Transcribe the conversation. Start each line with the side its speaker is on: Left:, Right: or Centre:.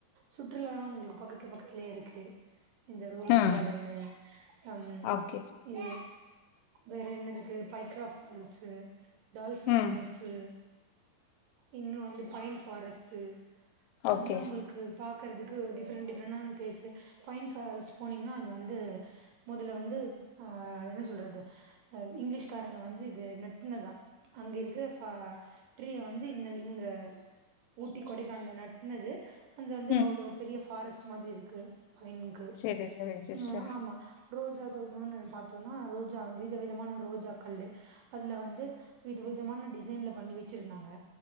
Right: சுற்றுலா லா உங்களுக்கு பக்கத்துல பக்கத்துலேயே இருக்கு இந்த ரோஸ்
Left: ஆ.
Right: காடன்னு அம்
Left: ஓகே.
Right: இ வேற என்ன இருக்கு பைக்ரா ஃபால்ஸு டால்ஃபின்
Left: ம்.
Right: நோஸு இன்னு வந்து பைன் ஃபாரஸ்ட்டு அதுலா
Left: ஓகே.
Right: உங்ளுக்கு பாக்கறக்கு டிஃப்ரெண்ட் டிஃப்ரெண்டான பேசு பைன் ஃபாரஸ்ட்போனீங்னா அது வந்து மொதல வந்து ஆ என்ன சொல்றது அ இங்கிலீஷ்காரங்க வந்து இது நெட்னதா அங்க இருக்கற ஃபா ட்ரீய வந்து இந்த இங்க ஊட்டி கொடைக்கானல்ல நட்னது அந்து வந்து
Left: ம்.
Right: அவ்ளோ பெரிய ஃபாரஸ்ட் மாதிரி இருக்கு பைன்க்கு
Left: செரி செரிங் சிஸ்டர்
Right: ம் ஆமா ரோஜா தோட்டணு பாத்தோனா ரோஜா வித விதமான ரோஜாக்கள்லு அதுல வந்து வித விதமான டிசைன்ல பண்ணி வச்சிருந்தாங்க